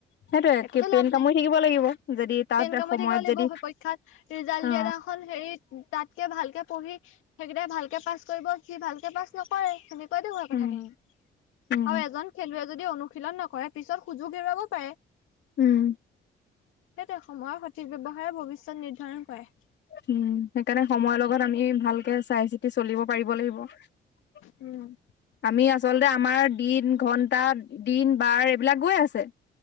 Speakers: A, on the left; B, on the left.
A: সেইটোৱে
B: একোতো
A: পেইন
B: লাভ
A: কামুৰি
B: নাই
A: থাকিব লাগিব যদি তাত
B: পেন কামুৰি
A: সময়ত
B: থাকিব লাগিব
A: যদি
B: পৰীক্ষাত ৰিজাল্ট
A: অ
B: দিয়া এনাখন হেৰি তাতকে ভালকে পঢ়ি সেইকেইটাই ভালকে পাছ কৰিব সি ভালকে পাছ ন কৰে সেনেকুৱাই দে হয়
A: উম
B: কথাখিনি
A: উম
B: আৰু এজন খেলুৱৈ যদি অনুশীলন নকৰে পিছত সুযোগ হেৰুৱাব পাৰে
A: উম
B: সেইহতে সময়ৰ সঠিক ব্য্ৱহাৰে ভৱিষ্যত নিৰ্ধাৰণ কৰে
A: উম সেইকাৰণে সময়ৰ লগত আমি ভালকে চাই চিতি চলিব পাৰিব লাগিব <unintelligible>
B: উম,
A: আমি আচলতে আমাৰ দিন ঘন্টা দিন বাৰ এইবিলাক গৈ আছে